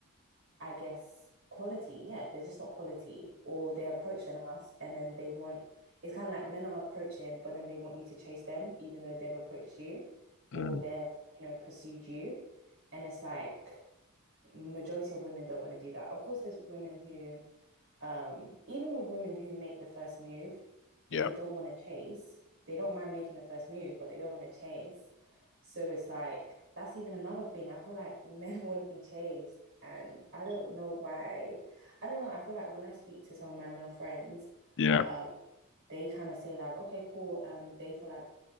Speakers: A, on the right; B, on the left.
A: I guess, quality. Yeah, they're just not quality, or they're approaching us and then they want. It's kind of like men are approaching, but then they want you to chase them, even though they've approached you, or
B: mm.
A: they've, you know, pursued you, and it's like majority of women don't want to do that. Of course, there's women who, um, even with women who make the first move, they
B: Yeah,
A: don't want to chase. They don't mind making the first move, but they don't want to chase. So it's like that's even another thing. I feel like <laughs> men want to be chased, and I don't know why. I don't know. I feel like when I speak to some of my male friends,
B: yeah,
A: um, they kind of say like, "Okay, cool." Um, they feel like